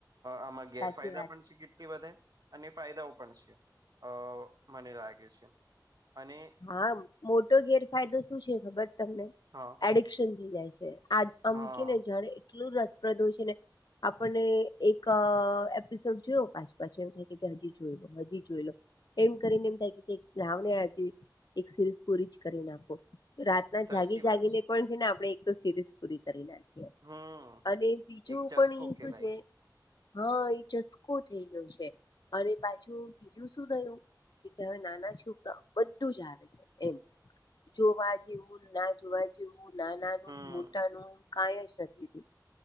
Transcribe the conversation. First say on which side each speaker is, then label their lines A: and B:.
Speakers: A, on the right; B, on the left.
A: આમાં ગેરફાયદા
B: સાચી વાત
A: પણ છે કેટલી વધે ફાયદાઓ પણ છે અ મને લાગે છે અને
B: હા મોટો ગેરફાયદો શું છે ખબર તમને
A: હા
B: <unintelligible> ડન થઈ જાય છે આ અમકીને
A: હા
B: જણે એટલું રસપ્રદ હોય છે ને આપણને એક એપિસોડ જોયો પાંચ પાંચ એવું થાય હજી જોઈ લો હજી જોઈ લો એમ કરીને એમ થાય કે કક લાવને આજે એક સિરીઝ પૂરી જ કરી નાખો તો રાતના
A: સાચી
B: જાગી જાગીને
A: વાત
B: પણ છે ને આપણે તો સિરીઝ પૂરી કરી નાખ
A: હમ
B: અને બીજું
A: એક ચસ્કો
B: પણ એ
A: કેવાય
B: શું છે હા એ ચસ્કો થઈ ગયો છે અરે પાછું બીજું શું થયું હવે નાના છોકરાઓ બધું જ આવે છે એમ જોવા જેવું ના જોવા જેું નાનાનું
A: હમ
B: મોટાનું એવું કાઈ જ નથી